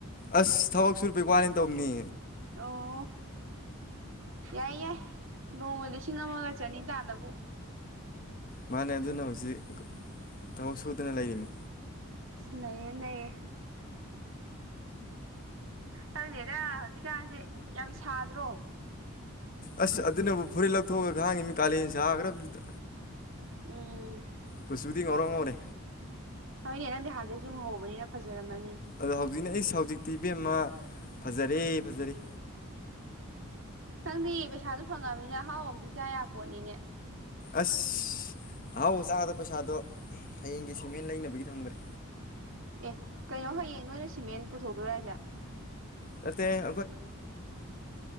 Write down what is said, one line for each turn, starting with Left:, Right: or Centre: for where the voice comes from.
Left: ꯑꯁ ꯊꯕꯛ ꯁꯨꯔꯄꯩ ꯋꯥꯔꯦꯅ ꯇꯧꯅꯤ
Right: ꯑꯣ ꯌꯥꯏ ꯌꯥꯏ ꯅꯣꯡꯃ ꯂꯤꯁꯤꯡ ꯑꯃꯒ ꯆꯅꯤ ꯇꯥꯜꯂꯕꯨ
Left: ꯃꯥꯅꯦ ꯑꯗꯨꯅ ꯍꯧꯖꯤꯛ ꯊꯕꯛ ꯁꯨꯗꯅ ꯂꯩꯔꯤꯅꯤ
Right: ꯅꯌꯦ ꯅꯌꯦ ꯈꯪꯗꯦꯗ ꯍꯧꯖꯤꯛꯀꯥꯟꯁꯦ ꯌꯥꯝ ꯁꯥꯗ꯭ꯔꯣ
Left: ꯑꯁ ꯑꯗꯨꯅꯕꯨ ꯐꯨꯔꯤꯠ ꯂꯧꯊꯣꯛꯑꯒ ꯈꯥꯡꯉꯤꯃꯤ ꯀꯥꯂꯦꯟ ꯁꯥꯈ꯭ꯔꯕꯗꯨꯗ
Right: ꯎꯝ
Left: ꯀꯨꯆꯨꯗꯤ ꯉꯧꯔꯣꯛ ꯉꯧꯔꯦ
Right: ꯍꯣꯏꯅꯦ ꯅꯪꯗꯤ ꯍꯥꯟꯗꯩꯁꯨ ꯉꯍꯧꯕꯅꯤꯅ ꯐꯖꯔꯝꯃ
Left: ꯑꯗ ꯍꯧꯖꯤꯅꯦ ꯑꯩꯁ ꯍꯧꯖꯤꯛꯇꯤ ꯏꯕꯦꯝꯃ ꯐꯖꯔꯦ ꯐꯖꯔꯦ
Right: ꯅꯪꯗꯤ ꯄꯩꯁꯥꯁꯨ ꯐꯪꯉꯃꯤꯅ ꯑꯍꯥꯎꯕꯝꯗꯤ ꯆꯥ ꯌꯥꯕ ꯄꯣꯠꯅꯤꯅꯦ
Left: ꯑꯁ ꯑꯍꯥꯎꯕ ꯆꯥꯒꯗ ꯄꯩꯁꯥꯗꯣ ꯍꯌꯦꯡꯒꯤ ꯁꯤꯃꯦꯟ ꯂꯩꯅꯕꯒꯤ ꯊꯝꯈ꯭ꯔꯦ
Right: ꯑꯦ ꯀꯩꯅꯣ ꯍꯌꯦꯡ ꯅꯣꯏꯅ ꯁꯤꯃꯦꯟ ꯄꯨꯊꯣꯛꯇꯣꯏꯔꯥ ꯍꯥꯏꯁꯦ
Left: ꯅꯇꯦ